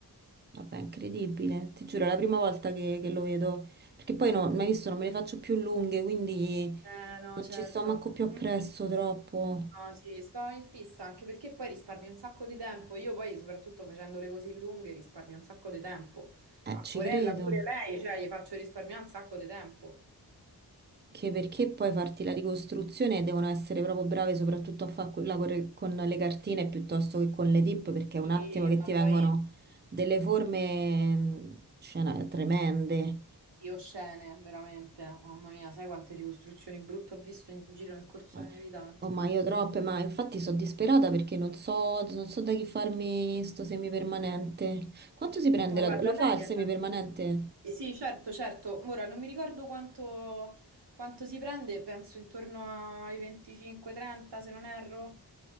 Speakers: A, on the right (about 25°); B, on the right (about 80°).
A: Vabbè, incredibile, ti giuro, è la prima volta che, che lo vedo, perché poi no, mai visto, non me le faccio più lunghe, quindi
B: Eh no,
A: non
B: certo.
A: ci sto manco più
B: <laughs>
A: appresso troppo.
B: No, sì, sto in fissa anche perché poi risparmi un sacco di tempo. Io poi, soprattutto facendole così lunghe, risparmio un sacco di tempo.
A: Eh,
B: Ma
A: ci
B: Porella
A: credo.
B: pure lei, cioè, gli faccio risparmiare un sacco di tempo.
A: Che perché poi farti la ricostruzione devono essere proprio brave soprattutto a fare quella corre- con le cartine piuttosto che con le dip, perché è un
B: Sì,
A: attimo che
B: ma
A: ti
B: poi
A: vengono delle forme, mh, cioè, no, tremende.
B: io scene, veramente. Mamma mia, sai quante ricostruzioni brutte ho visto in giro nel corso
A: Ma-
B: della mia vita?
A: Oh, ma io troppe, ma infatti sono disperata perché non so, non so da chi farmi sto semipermanente. Quanto si prende
B: Ma guarda,
A: la tua? Lo
B: lei
A: fa il semipermanente?
B: è... Sì, certo, certo. Ora non mi ricordo quanto, quanto si prende, penso intorno ai 25-30, se non erro.